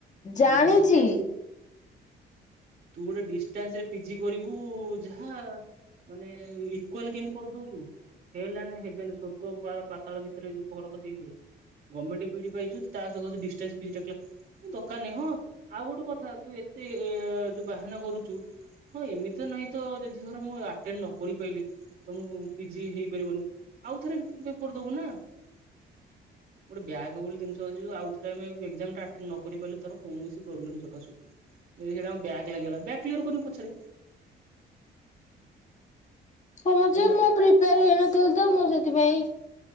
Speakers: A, on the left; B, on the right.
A: ଜାଣିଛି
B: ମାନେ ଡିଷ୍ଟାନ୍ସରେ ତୁ ଗୋଟେ ଡିଷ୍ଟାନ୍ସ ରେ ପିଜି କରିବୁ ଯାହା ମାନେ ଇକ୍ୱାଲ କେମିତି କରିଦଉଛୁ ହେଲାଣି ହେବେନି ସ୍ଵର୍ଗ ବା ପାତାଳ ଭିତରେ ଯୋଉ ଫରକ ସେଇ ଭଳିଆ ଗର୍ମେଣ୍ଟ ବିଇଡି ପାଇଚୁ ତା ସହିତ ଡିସ୍‌ଣ୍ଟାନ୍ସ ବିଇଡ଼ି ଦରକାର ନାଇଁ ହଁ ଆଉ ଗୋଟେ କଥା ତୁ ଏ ଯୋଉ ବାହାନା କରୁଛୁ ହଁ ଏମିତି ତ ନାହିଁ ତ ଯଦି ଧର ମୁଁ ଆଟେଣ୍ଡ ନକରି ପାରିଲିି ତ ମୁଁ ପିଜି ହେଇପାରିବନି ଆଉ ଥରେ ପେପର ଦବୁ ନା ଗୋଟେ ବ୍ୟାକ୍ ବୋଲି ଜିନିଷ ଅଛି ଯ ଆଉ ଥରେ ଆମେ ଏଗ୍ଜାମ୍ ଟା ଆଟେନ୍ ନ କରି ପାରିଲେ ଧର କୌଣସି ପ୍ରୋବ୍ଲେମ ସକାଶୁ ଯଦି ହେଇଟା ବ୍ୟାକ୍ ଲାଗିଗଲା ବ୍ୟାକ୍ କ୍ଲିୟର କରିବୁ ପଛରେ
A: ହଁ
B: ସେମିତି
A: ଯେ ମୁଁ ପ୍ରିପେୟାର ହେଇନଥାଉଚି ତ ମୁଁ ସେଥିପାଇଁ